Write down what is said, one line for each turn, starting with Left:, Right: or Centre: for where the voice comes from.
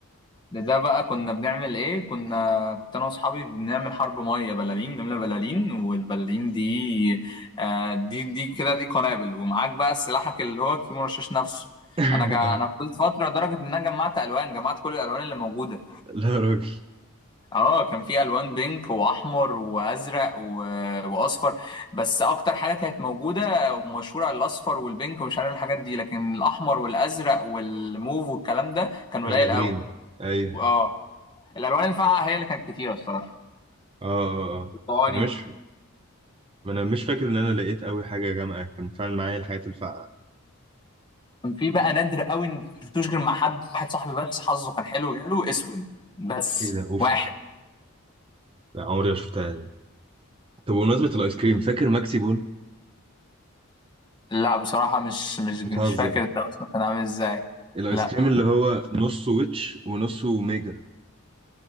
Left: ده ده بقى كنا بنعمل ايه كنا كنت انا واصحابي بنعمل حرب ميه بلالين نملى بلالين والبلالين دي آه دي دي كده دي قنابل ومعاك بقى سلاحك اللي هو الكيمو رشاش نفسه
Right: <laughs>
Left: انا جا...
Right: آه.
Left: انا فضلت فتره لدرجه ان انا جمعت الوان جمعت كل الالوان اللي موجوده
Right: لا يا راجل
Left: اه كان في الوان بينك واحمر وازرق و... واصفر بس اكتر حاجه كانت موجوده ومشهوره على الاصفر والبينك ومش عارف الحاجات دي لكن الاحمر والازرق والموف والكلام ده كان
Right: كنا
Left: قليل
Right: نادرين
Left: قوي
Right: ايوه
Left: اه الالوان الفاقعه هي اللي كانت كتيره الصراحه
Right: اه اه اه
Left: الطواني
Right: انا مش ما انا مش فاكر ان انا لقيت قوي حاجه جامعه كان فعلا معايا الحاجات الفقع
Left: كان في بقى نادر قوي ان ما شفتوش غير مع حد واحد صاحبي بس حظه كان حلو جاله اسود بس
Right: ايه ده اوف
Left: واحد
Right: لا عمري ما شفتها دي طب بمناسبه الايس كريم فاكر ماكسي بون
Left: لا بصراحه مش مش مش
Right: بتهزر
Left: فاكر ده اصلا كان عامل ازاي
Right: الايس
Left: لا
Right: كريم اللي هو نصه ويتش ونصه ميجا